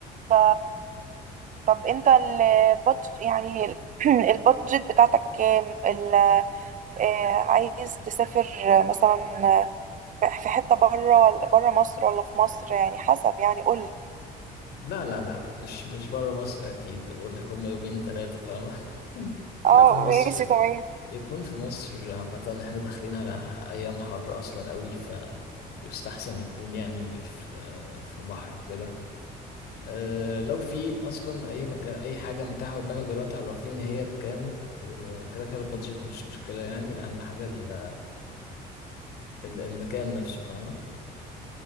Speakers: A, on the right (about 50°); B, on the left (about 70°).
A: ف طب انت البادجت يعني ال- <clears throat> البادجت بتاعتك كام ال... آه، عايز تسافر مثلا في حته بره ولا بره مصر ولا في مصر يعني حسب يعني قول لي
B: لا لا لا مش مش بره مصر اكيد بقول لك هم يومين ثلاثة فاهمة مم. <laughs>
A: اه
B: لا في مصر
A: ماشي تمام
B: يكون في مصر عامة احنا داخلين على ايام حر اصلا قوي ف يستحسن يكون يعني في آه، في بحر وكده أه لو في اصلا اي مكان اي حاجه متاحه قدامك دلوقتي عرفيني هي بكام وكده كده البادجت مش مشكله يعني اهم حاجه ال- ال- المكان نفسه فاهمه